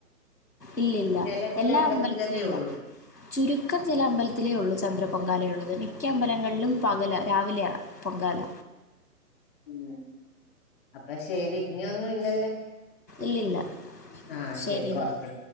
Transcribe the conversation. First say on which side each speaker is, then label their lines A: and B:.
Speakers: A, on the left; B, on the left.
A: ഇല്ലില്ല
B: ചില ചില
A: എല്ലാ
B: അമ്പലത്തിലൊക്കെ
A: അമ്പലത്തിലും ഇല്ല
B: ഉള്ളൂ
A: ചുരുക്കം ചില അമ്പലത്തിലേ ഉള്ളു ചന്ദ്ര പൊങ്കാല ഉള്ളത്. മിക്ക അമ്പലങ്ങളിലും പകല രാവിലെയ പൊങ്കാല
B: ഉം, അപ്പൊ ശരി ഇനി ഒന്നും ഇല്ലല്ലോ
A: ഇല്ലില്ല.
B: ആ,
A: ശരിയെന്നാ.
B: ശരി കുറഞ്ഞ്